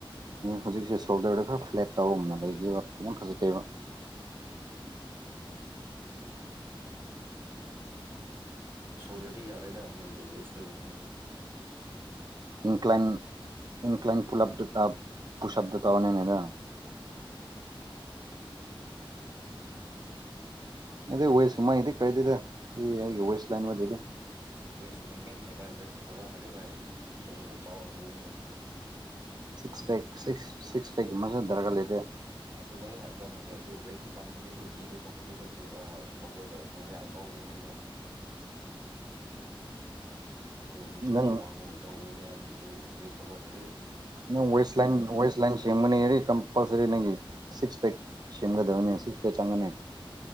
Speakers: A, on the right; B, on the right.
A: ꯍꯧꯖꯤꯛꯁꯦ ꯁꯣꯜꯗ꯭ꯔꯗ ꯈꯔ ꯐ꯭ꯂꯦꯠ ꯇꯧꯕ ꯑꯃ ꯂꯩꯈꯤꯕ ꯌꯥꯝ ꯐꯖꯥꯗꯦꯕꯥ
B: ꯁꯣꯜꯗꯔꯗꯤ ꯌꯥꯔꯦꯗ ꯅꯪꯒꯤ ꯋꯦꯁꯇꯨꯅꯤ ꯌꯦꯡꯕꯗꫭ
A: ꯏꯟꯀ꯭ꯂꯥꯏꯟ ꯏꯟꯀ꯭ꯂꯥꯏꯟ ꯄꯨꯂꯞꯗꯨꯗ ꯄꯨꯁꯑꯕꯗꯣ ꯇꯧꯗ꯭ꯔꯤꯉꯩꯗ ꯏꯗꯦ ꯋꯦꯁꯀꯨꯝꯃꯩꯀꯩꯗꯤ ꯀꯥꯏꯗꯦꯗ ꯑꯩ ꯋꯦꯁ ꯂꯥꯏꯟ ꯑꯣꯏꯔꯗꯗꯤ
B: ꯋꯦꯠꯁꯤꯅ ꯃꯦꯟꯅꯦ ꯚꯥꯏ ꯋꯦꯁꯇꯣ ꯐꯖꯥꯈ꯭ꯔꯗꯤ ꯚꯥꯏ ꯁꯣꯜꯗꯔ ꯁꯨ ꯆꯥꯎꯅ ꯎꯕꯥꯅꯦ
A: six pack six six pack ꯃꯁꯨ ꯗꯔꯒ ꯂꯩꯇꯦ
B: ꯑꯗꯨꯃꯗꯤ ꯍꯥꯏꯗ ꯅꯠꯇꯦ ꯑꯗꯨ ꯋꯦꯁꯇꯨ ꯆꯪꯈ꯭ꯔꯗꯤ ꯑꯩꯈꯣꯏ ꯚꯤꯗꯨ ꯊꯣꯛꯈ꯭ꯔꯗꯤ ꯑꯩꯈꯣꯏ ꯆꯦ ꯁꯣꯜꯗꯔꯒ <unintelligible> ꯃꯉꯣꯟꯗ ꯌꯥꯝ ꯆꯥꯎꯧꯕꯅꯦꯕ ꯑꯗꯣꯒ ꯃꯤꯁꯨ
A: ꯅꯪ
B: ꯈ꯭ꯔ ꯋꯥꯡꯕꯒꯨꯝ ꯇꯧꯕꯥꯅꯦꯕ ꯑꯗꯨ ꯋꯦꯠꯁ ꯐꯖꯥ ꯈ꯭ꯔꯗꯤ
A: ꯅꯪ ꯋꯦꯁ ꯂꯦꯡ ꯋꯦꯁ ꯂꯦꯡ ꯁꯦꯝꯒꯅꯤ ꯍꯥꯏꯗꯤ ꯀꯝꯄꯜꯁꯔꯤ ꯅꯪꯒꯤ ꯁꯤꯛꯁ ꯄꯦꯛ ꯁꯦꯝꯒꯗꯕꯅꯤ ꯁꯤꯛꯁ ꯄꯦꯛ ꯆꯪꯒꯅꯤ